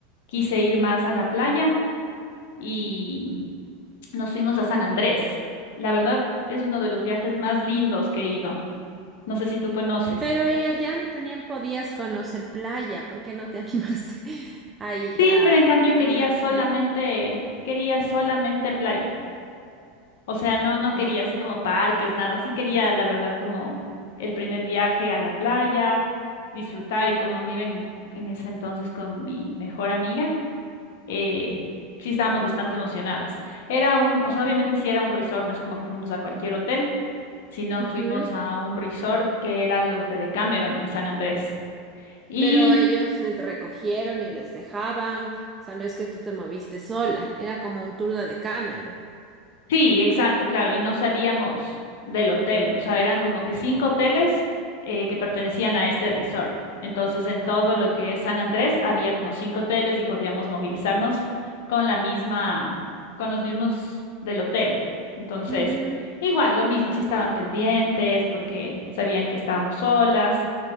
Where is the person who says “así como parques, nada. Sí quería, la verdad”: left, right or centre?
Left